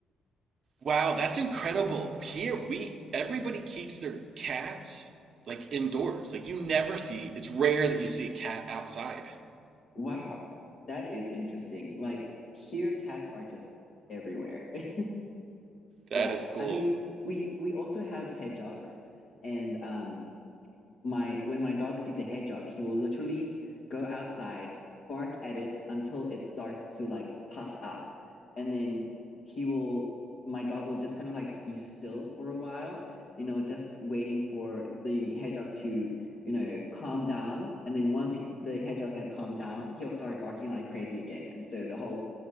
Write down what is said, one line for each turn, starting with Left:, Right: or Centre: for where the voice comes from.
Right: Wow, that's incredible. Here we everybody keeps their cats like indoors. Like you never see, it's rare that you see a cat outside.
Left: Wow, that is interesting. Like here, cats are just everywhere. <laughs>
Right: That
Left: Yeah,
Right: is cool.
Left: I mean, we we also have hedgehogs, and um. my when my dog sees a hedgehog, he will literally go outside, bark at it until it starts to like puff up, and then he will my dog will just kind of like be still for a while, you know, just waiting for the hedgehog to, you know, calm down. And then once he, the hedgehog has calmed down, he'll start barking like crazy again. And so the whole